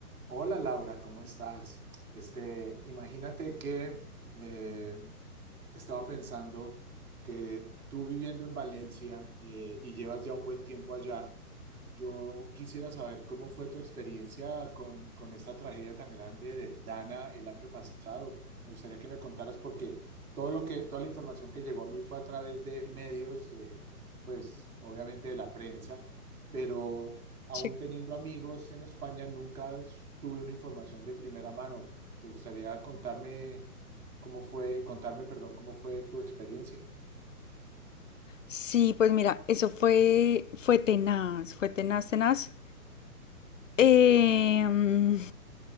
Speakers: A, on the right (about 70°); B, on the left (about 55°).
A: Hola Laura, ¿cómo estás? Este, imagínate que eh, estaba pensando que tú viviendo en Valencia eh, y llevas ya un buen tiempo allá, yo quisiera saber cómo fue tu experiencia con, con esta tragedia tan grande del Dana el año pasado. Me gustaría que me contaras porque todo lo que, toda la información que llegó a mí fue a través de medios, de, pues obviamente de la prensa, pero aún
B: Sí.
A: teniendo amigos en España nunca tuve una información de primera mano. ¿Te gustaría contarme cómo fue, contarme, perdón, cómo fue tu experiencia?
B: Sí, pues mira, eso fue, fue tenaz, fue tenaz, tenaz. Em,